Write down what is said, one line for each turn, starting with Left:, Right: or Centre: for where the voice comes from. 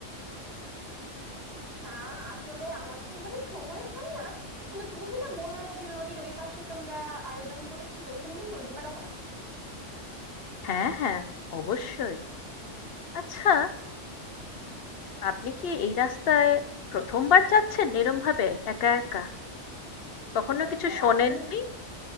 Right: না আসলে আমার তো এইভাবে সময় হয় না কিন্তু তুমি যেটা বললে যে নদীর ওই পাশে তোমরা আয়োজন করেছিলে ওইখানে কি নদী পারাপার স্থান?
Left: হ্যাঁ হ্যাঁ অবশ্যই। আচ্ছা আপনি কি এই রাস্তায় প্রথমবার যাচ্ছেন এরম ভাবে একা একা? কখনো
Right: এ,
Left: কিছু
Right: হ্যাঁ
Left: শোনেননি?
Right: আমি